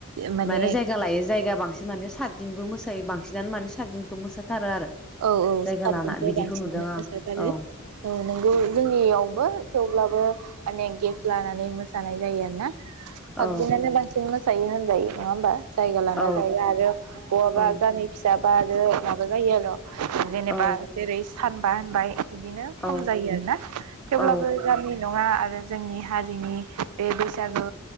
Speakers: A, on the right; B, in the centre.
A: माने
B: मानो जायगा लायै जायगा। बांसिन माने सातदिनबो मोसायो बांसिनानो माने सातदिनखौ मोसाथारो आरो।
A: औ औ
B: जायगा
A: सातदिनखौनो
B: लाना बिदिखौ
A: बांसिनानो
B: नुदों आं औ
A: <unintelligible> औ नोंगौ जोंनियावबो। थेवब्लाबो अनेक गेफ्ट लानानै मोसानाय जायो आरो। ना साददिनानो
B: औ
A: बांसिन मोस जायो होनजायो। नङा होमबा? जायगा लाना
B: औ
A: जायगा आरो बहाबा
B: औ
A: गामि फिसा बा आरो माबा जायो आरो जेनेबा
B: औ
A: तिरैस फानबा होनबाय बिदिनो
B: औ
A: खम जायो आरो ना थेवब्लाबो
B: औ
A: गामि नङा आ रो जोंनि हारिनि बे बैसागो